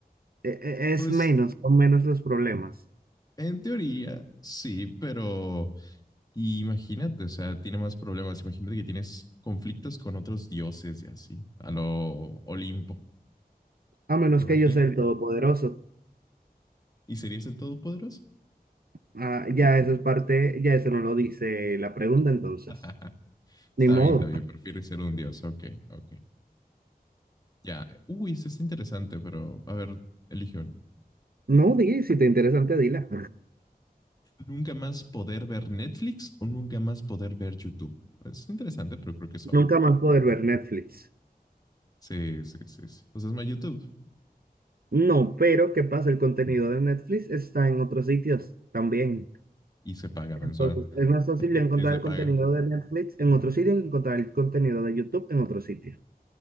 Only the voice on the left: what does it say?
Pues,
en teoría, sí, pero Y imagínate, o sea, tiene más problemas. Imagínate que tienes conflictos con otros dioses y así, a lo Olimpo,
¿te imaginas?
¿Y serías el todopoderoso?
<laughs> Está
bien, está bien, prefieres ser un dios. Ok, ok. Ya. Uy, esto está interesante, pero a ver, elige una.
¿Nunca más poder ver Netflix o nunca más poder ver YouTube? Es interesante, pero creo que es obvio.
Sí, sí, sí. sí. Pues es más YouTube
y se paga
mensual.
<laughs>
Es de
paga.